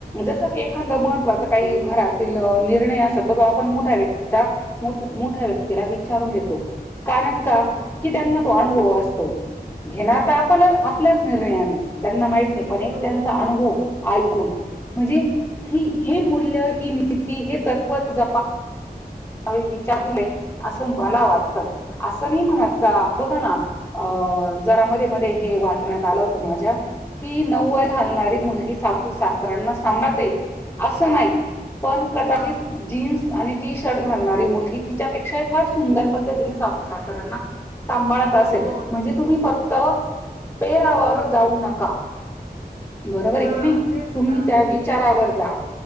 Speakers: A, on the left; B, on the right.
A: जसं की एखांद
B: हो
A: महत्त्वाचं काही घरात तिल निर्णय असतो तर तो आपण मोठ्या व्यक्तीचा माठ मोठ्या व्यक्तीला विचारून घेतो. कारण का
B: हो
A: की त्यांना तो आनु हो असतो घेणार तर आपला आपल्याच निर्णयाने त्यांना माहित नाही पण
B: हो
A: एक त्यांचा अनुभव एैकून म्हणजे हि हे मूल्य ही नीती हे तत्त्व जपा काही विचार <unintelligible> दिले असं मला वाटत असं नाही म्हणत का बघ ना, अ जरा मध्ये मध्ये हे वाचण्यात आलं होतं माझ्या कि नव्वायला हालणारी मुलगी सासू सासऱ्यांना सांभाळतेल असं नाही पण कदाचित
B: हा
A: जीन्स आणि टी श शर्ट घालणारी मुलगी तिच्यापेक्षा फार सुंदर पद्धतीने सासू सासऱ्यांना सांभाळत
B: हो
A: असेल
B: हो
A: म्हणजे
B: नक्कीच
A: तुम्ही फक्त पेरावर जाऊ नका. बरोबर आहे
B: हा
A: की नाही
B: तेच
A: तुम्ही
B: ना
A: त्या विचारावर
B: हा
A: जा.